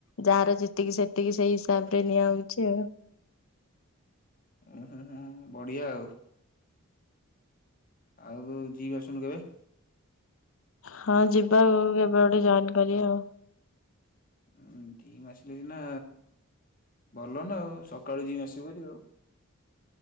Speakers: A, on the left (about 70°); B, on the left (about 40°).
A: ଯାହାର ଯେତିକି ସେତିକି ସେଇ ହିସାବ ରେ ନିଆହଉଛି ଆଉ
B: ଓ ହଁ ହୁଁ ହୁଁ ବଢିଆ ଆଉ ଆଉ ଯିବି ଆସୁନୁ କେବେ
A: ହଁ ଯିବାଆଉ କେବେ ଗୋଟେ ଜଣ୍ଟେ କରିବା ଆଉ
B: ଉଁ କିମି ମାସିଲେ ସିନା ଭଲ ନା ଆଉ ସକାଳୁ ଜିମି ଆସିବୁ ହାରି ।